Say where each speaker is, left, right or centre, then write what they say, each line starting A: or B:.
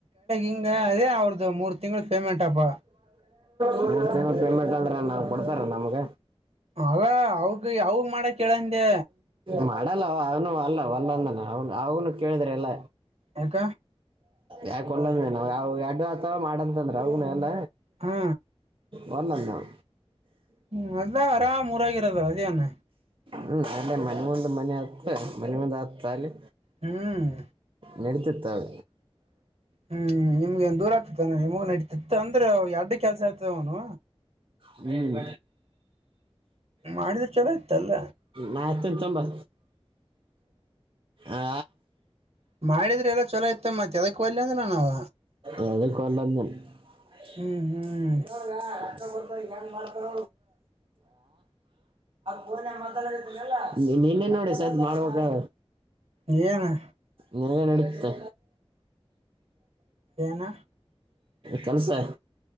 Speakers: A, on the right; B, on the right.
A: ಹಿಂಗ ಅದೇ ಅವ್ರದ್ದ ಮೂರ್ ತಿಂಗಳ ಪೇಮೆಂಟ್ ಅಪ್ಪ
B: ಮೂರ್ ತಿಂಗಳು ಪೇಮೆಂಟ್ ಆದ್ರ ಕೊಡ್ತಾರ ನಮ್ಗ
A: ಅವ ಅವಗ ಅವಗ ಮಾಡಕ್ ಹೇಳಂದೆ
B: ಮತ್ ಅಡಲ್ಲ ಅವನು ಅಲ್ಲ ವಲ್ಲ ಅಂದನಲ್ಲ ಅವನು ಕೇಳಿದ್ರ ಎಲ್ಲ
A: ಯಾಕ
B: ಯಾಕ ವಲ್ಲ ಅಂದೇ ನೀನು ಯಾವ ಎಡ್ಡು ಆತ ಮಾಡಂತಂದ್ರ ಅವನು ಎಲ್ಲ
A: ಹಾ
B: ವಲ್ಲ ಅಂದ ಅವ
A: ಹ್ಮ್ ಅಲ್ಲ ಹರಮ್ ಊರಾಗಿರೋದು ಅದೇನ
B: ಹ್ಮ್ ಅಲ್ಲೇ ಮನೆ ಮುಂದ ಮನೆ ಹತ್ತು ಮನೆ ಮುಂದ ಹತ್ತಲ್ಲಿ
A: ಹ್ಮ್
B: ನೆಡೀತಿತ್ತು ಆಗ
A: ಹ್ಮ್ ನಿಮ್ಗೆ ಏನ್ ದೂರ ಆಗ್ತಿತ್ತಾನ ನಿಮಗ ನಡತಿತ್ತ ಅಂದ್ರೆ ಎರಡ್ಡು ಕೆಲ್ಸ ಆಯತವನು
B: ಹ್ಮ್
A: ಮಾಡಿದ್ರ ಚಲೋ ಇತ್ತಲ್ಲ
B: ನಾನ್ ಹಚ್ಚೋತೀನಿ ತಕೊಬಾ ಆ
A: ಮಾಡಿದ್ರ ಎಲ್ಲ ಚಲೋ ಇತ್ತ ಮತ್ ಎದಕ್ ಹೋಗ್ಲಿ ಅಂದ್ರ ನಾವ
B: ಯಾದಕ್ ವಲ್ಲ ಅಂದನು <unintelligible>
A: ಹ್ಮ್ ಹ್ಮ್
B: ತ ಈ ಹೆಂಗ ಮಾಡ್ತಾರ ಪೋನ ಮಾನಲ್ಲ ನೀನ್ನೇ ನೋಡಿ ಸ ಅದ್ ಮಾಡ್ಬೇಕ
A: ಏನು
B: ನರಗ ನಡುತ್ತೆ
A: ಏನ
B: ಕೆಲಸ ಅ